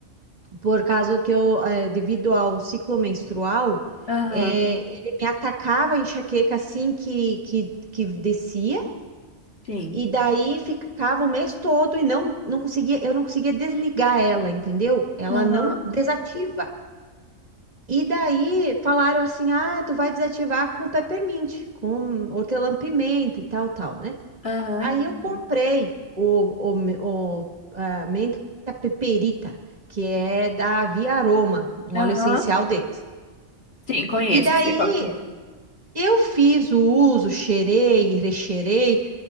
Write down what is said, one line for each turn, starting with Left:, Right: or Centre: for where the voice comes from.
Right: Por causa que eu, eh, devido ao ciclo menstrual,
Left: Aham,
Right: eh, ele me atacava a enxaqueca assim que, que, que descia.
Left: sim.
Right: E daí ficava o mês todo e não, não conseguia, eu não conseguia desligar ela, entendeu? Ela
Left: Aham,
Right: não desativa. E daí falaram assim: "Ah, tu vai desativar com peppermint, com hortelã-pimenta e tal, tal, né?"
Left: aham,
Right: Aí
Left: entendi.
Right: eu comprei o, o, me- o a menta peperita, que é da Via Aroma, um
Left: Aham,
Right: óleo essencial deles.
Left: sim, conheço,
Right: E daí
Left: sei qual que é.
Right: eu fiz o uso, cheirei, recheirei